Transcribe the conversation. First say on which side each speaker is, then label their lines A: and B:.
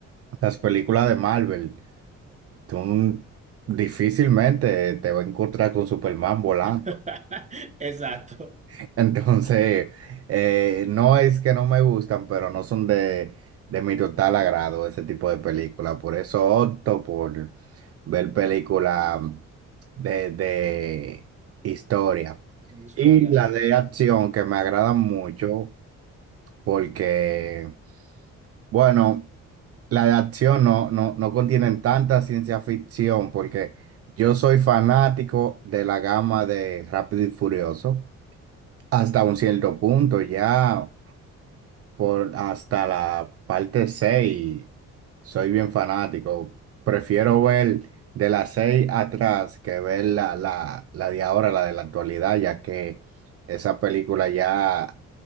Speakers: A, on the right; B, on the right.
A: las películas de Marvel, tú difícilmente te vas a encontrar con Superman volando.
B: <laughs> Exacto.
A: <laughs> Entonces, eh, no es que no me gustan, pero no son de, de mi total agrado ese tipo de película. Por eso opto por ver películas de, de historia.
B: De historias
A: Y la
B: basadas.
A: de acción que me agradan mucho porque, bueno, la de acción no, no, no contienen tanta ciencia ficción, porque yo soy fanático de la gama de Rápido y Furioso, hasta un cierto punto, ya por hasta la parte 6 soy bien fanático. Prefiero ver de la 6 atrás que ver la, la, la de ahora, la de la actualidad, ya que esa película ya,